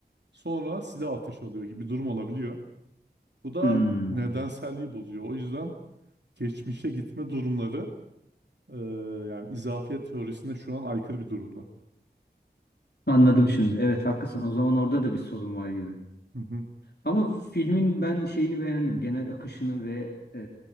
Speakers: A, on the right; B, on the left.
A: sonra silah ateş alıyor gibi bir durum olabiliyor. Bu da
B: Hmm,
A: nedenselliği bozuyor. O yüzden geçmişe gitme durumları e, yani izafiyet teorisine şu an aykırı bir durumda.
B: anladım şimdi. Evet haklısın.
A: Hı,
B: O zaman orada da bir sorun var gibi.
A: hı, hı,
B: Ama filmin ben şeyini beğendim. Genel akışını ve e,